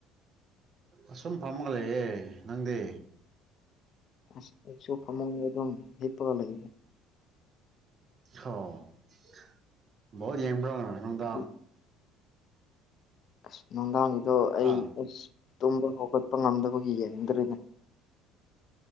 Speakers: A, on the right; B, on the left.
A: ꯑꯁꯨꯝ ꯐꯝꯃꯒ ꯂꯩꯌꯦꯦ ꯅꯪꯗꯤ
B: ꯑꯁ ꯑꯩꯁꯨ ꯐꯃꯨꯡꯗ ꯑꯗꯨꯝ ꯍꯤꯞꯄꯒ ꯂꯩꯗꯦ
A: ꯑꯣ ꯣꯠ ꯌꯦꯡꯕ꯭ꯔꯣꯅ ꯅꯨꯡꯗꯥꯡ
B: ꯀꯔꯤ ꯑꯁ ꯅꯨꯡꯗꯥꯡꯒꯤꯗꯣ ꯑꯩ
A: ꯍꯥ
B: ꯑꯁ ꯇꯨꯝꯕ ꯍꯧꯒꯠꯄ ꯉꯝꯗꯕꯒꯤ ꯌꯦꯡꯅꯤꯡꯗ꯭ꯔꯔꯤꯅꯦ